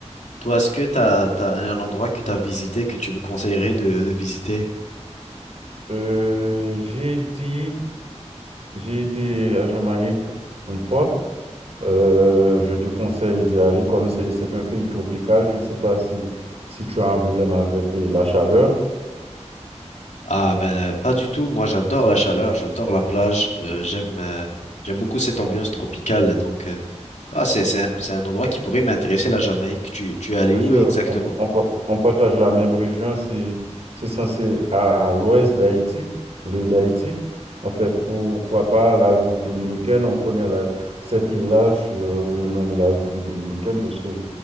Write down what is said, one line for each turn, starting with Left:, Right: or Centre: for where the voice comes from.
Left: toi, est-ce que t'as t'as un endroit que t'as visité que tu me conseillerais de, de visiter?
Right: Euh, j'ai été, j'ai été à Jamaïque une fois. Euh, je te conseille d'y aller comme c'est c'est un pays tropical. Je ne sais pas si, si tu as un problème avec eh, la chaleur.
Left: Ah ben pas du tout. Moi j'adore la chaleur, j'adore la plage. euh, j'aime euh, j'aime beaucoup cette ambiance tropicale. Donc euh, ah c'est c'est un, c'est un endroit qui pourrait m'intéresser la Jamaïque. Tu tu es allé
Right: Bien
Left: où
Right: sûr,
Left: exactement?
Right: on, on pa- on partage la même région. C'est c'est censé à l'ouest d'Haïti, l'île d'Haïti. En fait, pourquoi pas la République dominicaine? On connaît la- cette île-là sur le nom de la République dominicaine parce que